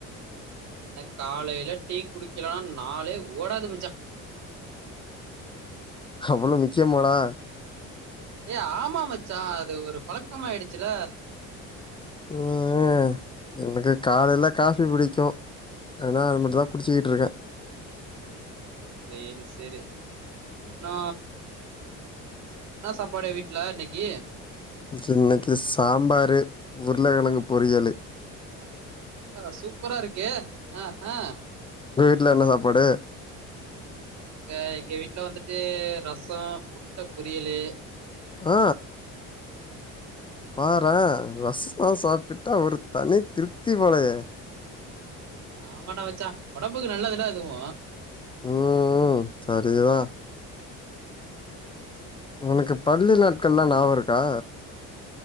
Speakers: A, on the right; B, on the left.
A: எனக்காலையில டீ குடிக்கலனா நாளே ஓடாது மச்சா
B: அவ்ளோ முக்கியமாடா
A: ஏ ஆமா மச்சா அது ஒரு பலக்கமாயிடுச்சில
B: உ உ எனக்கு காலையில காஃபி பிடிக்கு ஆனா அது மட்டுந்தா குடிச்சுக்கிட்டு இருக்கே
A: சேரி செரி நா ன்ன சாப்பாடு வீட்ல இன்னிக்கு
B: இன்னிக்கு சாம்பாரு உருளக்கிழங்கு பொரியலு
A: ஆ சூப்பரா இருக்கு அ ஆ
B: ல்ல என்ன சாப்பாடு
A: இங்க எங்க வீட்ல வந்துட்டு ரசம் முட்ட பொரியலு
B: ஆ பாறே ரசோ சாப்டுட்டா ஒரு தனி திருப்தி போலயே
A: ஆமான்டா மச்சா ஒடம்புக்கு நல்லது இல்ல அதுவு
B: உ செரிதா உனக்கு பள்ளுலா கல்லா நியாபருக்கா